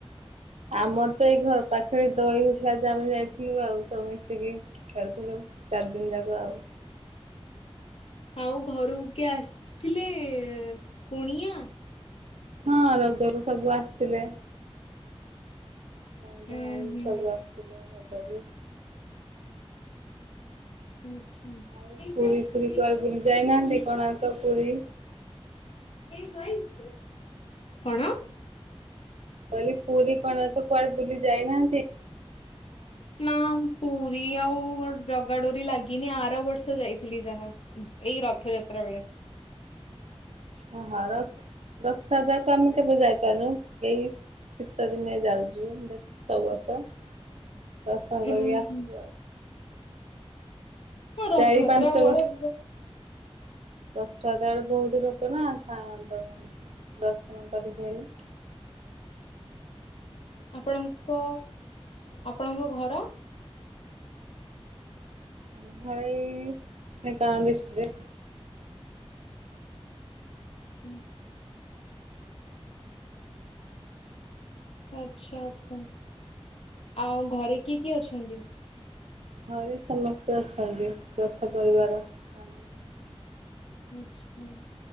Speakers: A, on the right; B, on the left.
A: ଆମର ତ ଏଇ ଘର ପାଖରେ ଦୋଳି ହେଇଥିଲା ଯେ ଆମେ ଯାଇଥିଲୁ ଆଉ ସବୁ ମିଶିକି। ଖେଲୁଥିଲୁ ଚାରି ଦିନି ଯାକ ଆଉ।
B: ଆଉ ଘରକୁ କିଏ ଆସିଥିଲେ କୁଣିଆ?
A: ହଁ ରଜକୁ ସବୁ ଆସିଥିଲେ। ଅଜା
B: ଉଁ
A: ଆଈ
B: ହୁଁ
A: ସବୁ ଆସିଥିଲେ ରଜକୁ।
B: ଆଚ୍ଛା।
A: ଆଉ ପୁରୀ ଫୁରୀ କୁଆଡେ ବୁଲି ଯାଇନାହାନ୍ତି କୋଣାର୍କ ପୁରୀ।
B: ଏ ସାଈ ତୋର କଣ।
A: କହିଲି ପୁରୀ କୋଣାର୍କ କୁଆଡେ ବୁଲି ଯାଇନାହାନ୍ତି।
B: ନା ପୁରୀ ଆଉ ଜଗାଡୋରି ଲାଗିନି ଆର ବର୍ଷ ଯାଇଥିଲି ଯାହା। ଏଇ ରଥଯାତ୍ରା ବେଳେ।
A: ଓହାରତ୍ ରଥଯାତ୍ରାକୁ ଆମେ କେବେ ଯାଇପାରୁନୁ ଏଇ ସେ ଶୀତ ଦିନେ ଯାଉଚୁ ଦେଖି ସବୁ ବର୍ଷ ଦର୍ଶନ
B: ଉଁ
A: କରିକି ଆସୁଛୁ
B: ହୁଁ।
A: ଆଉ।
B: ହଁ ରଥଯାତ୍ରା
A: ଚାରି ପାଞ୍ଚ
B: ବେଳେ
A: ବର୍ଷ ରଥଯାତ୍ରା ରେ ବହୁତ ଲୋକ ନା ଥାଆନ୍ତି। କ୍ଷମା କରିହୁଏନି।
B: ଆପଣଙ୍କ ଆପଣଙ୍କ ଘର।
A: ଆମ ଘରେ ଏଇ ଢେଙ୍କାନାଳ ଡିସ୍ଟିକ୍ଟରେ।
B: ହୁଁ। ଆଚ୍ଛା ଆଛା ଆଉ ଘରେ କିଏ କିଏ ଅଛନ୍ତି?
A: ଘରେ ସମସ୍ତେ ଅଛନ୍ତି ଯଥା ପରିବାର। <unintelligible>
B: ଆଚ୍ଛା